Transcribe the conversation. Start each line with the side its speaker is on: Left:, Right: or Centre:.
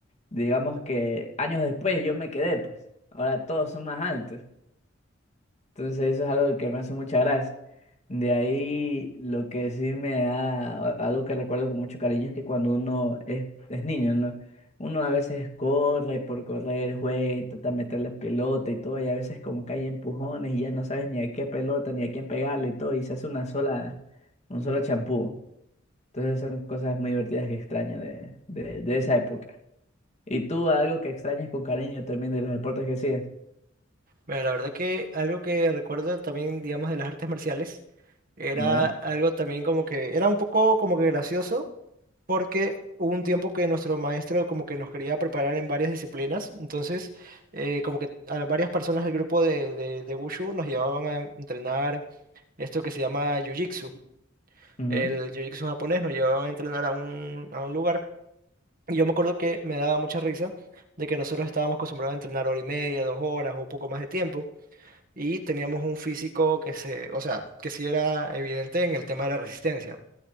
Left: Digamos que años después yo me quedé, pues. Ahora todos son más altos. Entonces eso es algo que me hace mucha gracia. De ahí lo que sí me da a- algo que recuerdo con mucho cariño es que cuando uno es, es niño, ¿no? Uno a veces corre por correr, juega, intenta meter la pelota y todo, y a veces como que hay empujones y ya no sabes ni a qué pelota ni a quién pegarle y todo, y se hace una sola, un solo champú. Entonces son cosas muy divertidas que extraño de, de, de esa época. ¿Y tú algo que extrañes con cariño también de los deportes que hacías?
Right: Mira, la verdad que algo que recuerdo también, digamos, de las artes marciales era
Left: ¿Ya?
Right: algo también como que era un poco como que gracioso. porque hubo un tiempo que nuestro maestro como que nos quería preparar en varias disciplinas, entonces eh, como que a varias personas del grupo de, de, de Wushu nos llevaban a entrenar esto que se llama Jiu-Jitsu,
Left: Ujú,
Right: el Jiu-Jitsu japonés, nos llevaban a entrenar a un, a un lugar. Y yo me acuerdo que me daba mucha risa de que nosotros estábamos acostumbrados a entrenar hora y media, dos horas o poco más de tiempo, y teníamos un físico que se, o sea, que sí era evidente en el tema de la resistencia.